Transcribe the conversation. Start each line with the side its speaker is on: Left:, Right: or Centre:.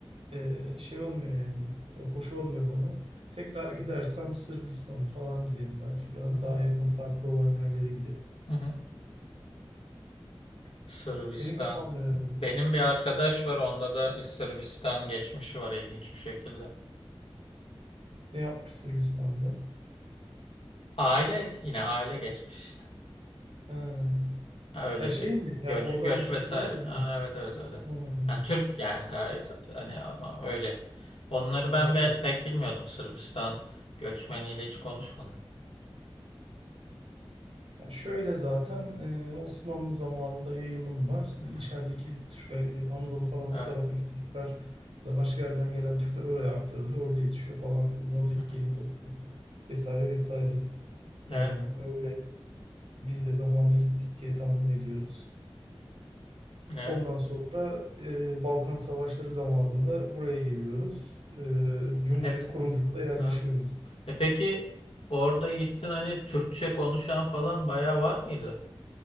Right: ee, şey olmuyor yani Ee, hoş olmuyor bana. Tekrar gidersem
Left: Hı hı,
Right: Sırbistan'a falan giderim belki biraz
Left: hı
Right: daha yakın farklı olan yerlere giderim.
Left: hı, hı hı. Sırbistan.
Right: Senin kafanda ne var?
Left: Benim bir arkadaş var onda da bir Sırbistan geçmişi var ilginç bir şekilde.
Right: Ne yapmış Sırbistan'da?
Left: Aile yine aile geçmiş işte.
Right: Ha.
Left: Öyle
Right: Ha şey
Left: bir
Right: mi?
Left: göç
Right: Yani oradan
Left: göç
Right: göç
Left: vesaire.
Right: ettiler gibi
Left: Ha,
Right: mi?
Left: evet evet öyle.
Right: Hmm.
Left: Yani Türk yani gayet hani ama öyle. Onları
Right: Ya
Left: ben
Right: ben
Left: be-
Right: de
Left: pek bilmiyordum Sırbistan göçmeniyle hiç konuşmadım.
Right: ya şöyle zaten e, Osmanlı zamanında yayılım var.
Left: Hı
Right: İçerideki
Left: hı.
Right: Türkler, yani Anadolu falan
Left: Evet.
Right: o taraftaki Türkler ya da başka yerden gelen Türkler oraya aktarılıyor. Orada yetişiyor falan filan. Oradaki
Left: Hı hı.
Right: geni topluyor. Vesaire vesaire. E,
Left: Evet.
Right: öyle biz de zamanla gittik diye tahmin ediyoruz.
Left: Evet.
Right: Ondan sonra e, Balkan Savaşları zamanında buraya geliyoruz. E, Cumhuriyet
Left: E,
Right: kurulduğunda yerleşiyoruz.
Left: hı. E peki orada gittin hani Türkçe konuşan falan bayağı var mıydı